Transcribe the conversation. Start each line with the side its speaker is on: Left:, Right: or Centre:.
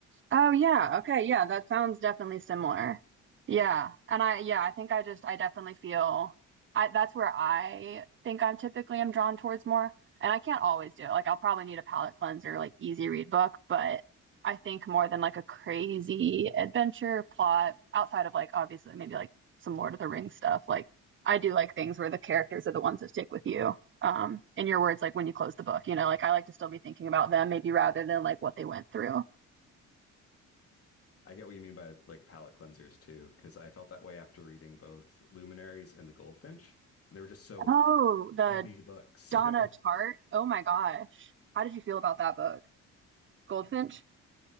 Right: Oh yeah, okay, yeah, that sounds definitely similar. Yeah. And I yeah, I think I just I definitely feel I that's where I think I'm typically am drawn towards more. And I can't always do it. Like I'll probably need a palate cleanser, like easy read book, but I think more than like a crazy adventure plot outside of like obviously maybe like some Lord of the Rings stuff. Like I do like things where the characters are the ones that stick with you. Um, in your words, like when you close the book, you know, like I like to still be thinking about them, maybe rather than like what they went through.
Left: I get what you mean by like palate cleansers too, because I felt that way after reading both Luminaries and The Goldfinch. They were just so
Right: Oh, the
Left: heavy books.
Right: Donna
Left: <laughs>
Right: Tartt. Oh my gosh. How did you feel about that book? Goldfinch?